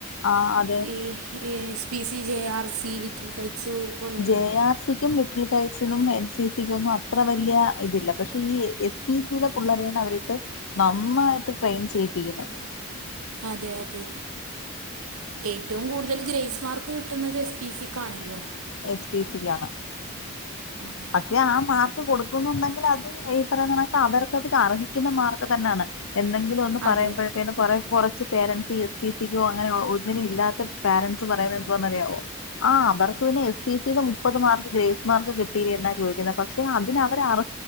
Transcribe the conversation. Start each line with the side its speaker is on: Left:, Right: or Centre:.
Left: ആ അതെ
Right: ഈ ഈ S P C J R C little kites പോലെയുള്ളത്
Left: J ആർ സി ക്കും ലി കൈറ്റ്സിനും എൻ സി സിക്കും ഒന്നും അത്ര വലിയ ഇതില്ല പക്ഷെ ഈ എസ് പി സി യിലെ പുള്ളരെയാണ് അവരിട്ട് നന്നായിട്ട് ട്രെയിൻ ചെയ്യിപ്പിക്കുന്നത്
Right: അതെ അതെ ഏറ്റവും കൂടുതല് ഗ്രേസ് മാർക്ക് കി ട്ടുന്നത് എസ് പി സി ക്കാണല്ലോ
Left: എസ് പി സി ക്കാണ്
Right: ആഹ്
Left: പക്ഷെ ആ മാർക്ക് കൊടുക്കുന്നുണ്ടെങ്കിൽ അത് ഈ പറയുന്നണക്ക അവർക്ക് അത് അർഹിക്കുന്ന മാർക്ക് തന്നാണ് എന്തെങ്കിലും ഒന്ന് പറയുമ്പോഴ്
Right: അതെ
Left: തെന് കൊറെ കൊറച്ച് പേരൻറ്സ് ഈ എസ് പി സിക്കോ അങ്ങനെ ഒന്നിനും ഇല്ലാത്ത പോരൻറ്സ് പറയുന്നത് എന്തുവന്ന് അറിയമോ ആഹ് അവർക്ക് പിന്നെ എസ് പി സിയുടെ മുപ്പത് മാർക്ക് ഗ്രേസ് മാർക്ക് കിട്ട ട്ടിലെ എന്നാ ചോദിക്കുന്നത് പക്ഷെ അതിന് അവർ അർ